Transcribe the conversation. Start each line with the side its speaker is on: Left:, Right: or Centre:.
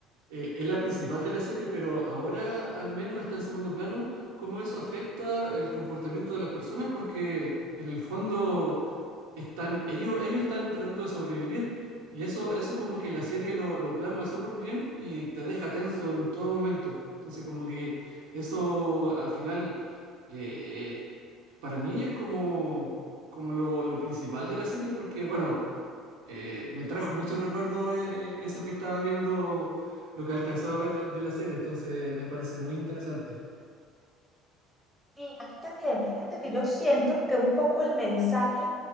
Right: eh, es la principal de la serie, pero ahora al menos está en segundo plano, cómo eso afecta el comportamiento de las personas, porque en el fondo están, ellos, ellos están tratando de sobrevivir. Y eso, eso como que la serie lo, lo plasma súper bien y te deja tenso en todo momento. Entonces como que eso al final eh, eh, para mí es como, como lo, lo principal de la serie porque bueno, eh, me trajo muchos recuerdos eh, eh, eso que estaba viendo, lo que alcanzaba a ver de la serie, entonces me parece muy interesante.
Centre: Sí, a mí también. Fíjate que yo siento que un poco el mensaje